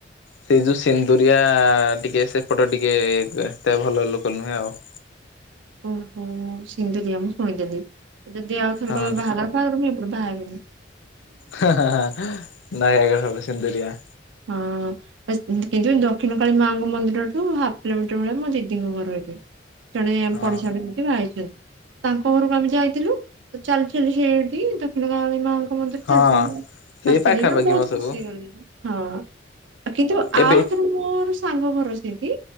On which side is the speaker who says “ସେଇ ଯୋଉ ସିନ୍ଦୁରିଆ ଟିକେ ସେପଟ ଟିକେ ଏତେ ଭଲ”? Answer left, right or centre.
Left